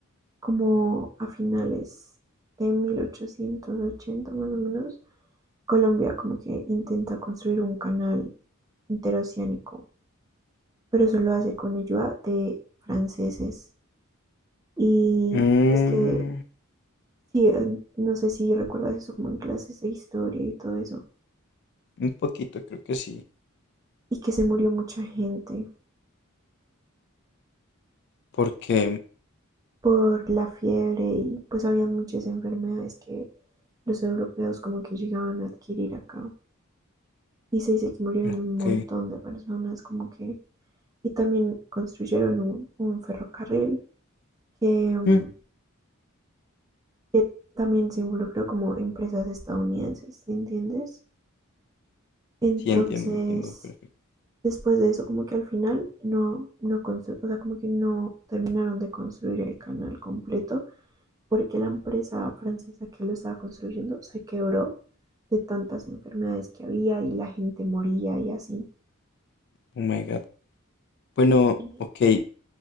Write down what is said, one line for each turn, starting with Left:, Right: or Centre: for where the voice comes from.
Right: como a finales de 1880 más o menos, Colombia como que intenta construir un canal interoceánico, pero solo hace con ayuda de franceses Y
Left: Mm,
Right: pues que, sí, eh, no sé si recuerdas eso como en clases de historia y todo eso.
Left: un poquito, creo que sí,
Right: Y que se murió mucha gente
Left: porque,
Right: por la fiebre y pues habían muchas enfermedades que los europeos como que llegaban a adquirir acá. Y se dice que murieron
Left: ok,
Right: un montón de personas como que... Y también construyeron un, un ferrocarril que, mm,
Left: mm,
Right: que también se involucró como empresas estadounidenses, ¿sí ¿entiendes? Entonces,
Left: sí, entiendo, entiendo, perfecto.
Right: después de eso como que al final no, no constru- o sea, como que no terminaron de construir el canal completo porque la empresa francesa que lo estaba construyendo se quebró de tantas enfermedades que había y la gente moría y así.
Left: Oh my God. Bueno,
Right: Y
Left: ok,